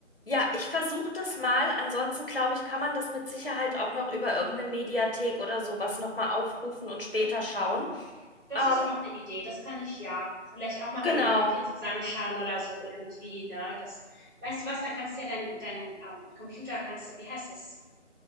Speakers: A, on the left; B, on the right.
A: Ja, ich versuche das mal. Ansonsten glaube ich, kann man das mit Sicherheit auch noch über irgendeine Mediathek oder sowas nochmal aufrufen und später schauen.
B: Das
A: Ähm,
B: ist auch eine Idee, das kann ich ja vielleicht auch machen
A: genau.
B: oder Ja. mit dir zusammenschauen oder so irgendwie, ne? Das weißt du was, dann kannst du ja dein dein, ähm, Computer kannst du wie heißt das,